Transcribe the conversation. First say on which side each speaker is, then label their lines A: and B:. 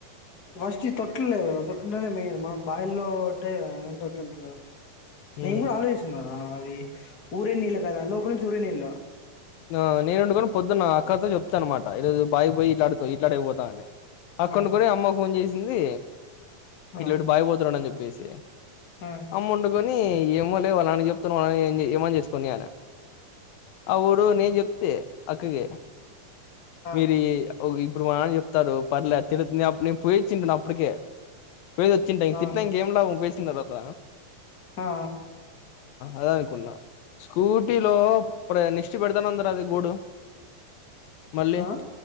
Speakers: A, on the left; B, on the left.
A: ఫస్ట్ ఈ తొటలు లేవు కదా తొటలుంటే మెయిన్ మనకు బాయిల్లో అంటే ఏంటవుతుంటరు నేను
B: మ్మ్
A: కూడా ఆలోచిస్తున్నారా అది ఊరే నీళ్ళు కదా లోపలి నుంచి ఊరే నీళ్ళు
B: ఇగా నేను పొద్దున నా అక్కాతో చెప్తాను అన్నమాట ఇదేదో పైకి పోయి ఇట్లనె పోతన్నాయి అక్క
A: ఆ
B: ఉండి అమ్మకు ఫోన్ చేసింది
A: ఆ
B: ఇట్లా బాయ్ కాడికి పోతున్నాడని చెప్పేసి
A: ఆ
B: అమ్మ వొండుకొని ఏమోలే వాళ్ళ నాన్నకు చెప్తాను వాళ్లు ఏమన్న చేసుకోని కొనియ్ అన్న ఆ ఊరు నేను చెప్తే అక్కగే
A: ఆ
B: మీరి ఈ ఒగా ఇప్పుడు మా నాన్న చెప్తారు. పర్లే తిడుతుంది అప్పుడ్ నేన్ పోయిచ్చిన అప్పుడ్కే పొయ్యి వచ్చింటా ఇక
A: ఆ
B: తిట్నంక ఏం లాభం పోయిచ్చిన తర్వాత
A: ఆ
B: అదనుకున్నా స్కూటీలో ప్ర నిష్ట్ పెడతానన్నరు అది కూడు మళ్ళీ
A: ఆ